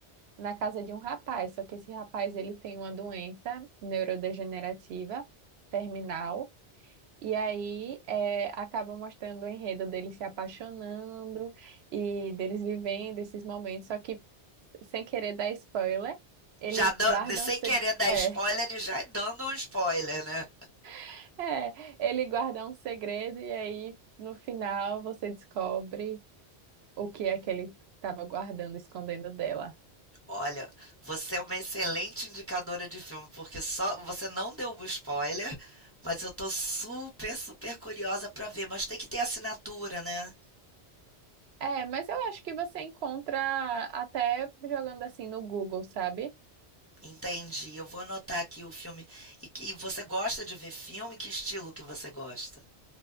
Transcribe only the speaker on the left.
Já dan-
sem
querer dar
spoiler e já dando um spoiler, né?
Olha, você é uma excelente indicadora de filme, porque só você não deu um spoiler, mas eu tô super, super curiosa pra ver. Mas tem que ter assinatura, né?
Entendi. Eu vou anotar aqui o filme. E, que- e você gosta de ver filme? Que estilo que você gosta?